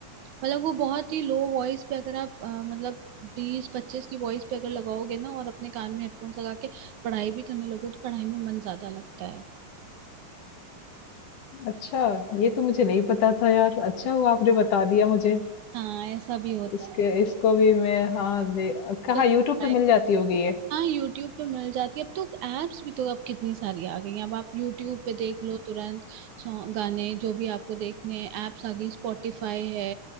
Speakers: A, on the right; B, on the left.
A: मतलब वो बहुत ही लो वॉइस पे अगर आप अ, मतलब बीस पच्चीस की वॉइस पे अगर लगाओगे ना और अपने कान में हेडफोन्स लगा के पढ़ाई भी करने लगो तो पढ़ाई में मन ज्यादा लगता है
B: अच्छा ये तो मुझे नहीं पता था यार अच्छा हुआ आपने बता दिया मुझे
A: हाँ ऐसा भी होता
B: इसके इसको भी मैं हाँ दे कहाँ
A: है
B: यूट्यूब पे मिल जाती होगी ये
A: हाँ यूट्यूब पे मिल जाती है अब तो एप्स भी तो अब कितनी सारी आ गई हैं अब आप यूट्यूब पे देख लो तुरंत सॉन्ग गाने जो भी आपको देखने हैं एप्स आ गई स्पॉटिफाई है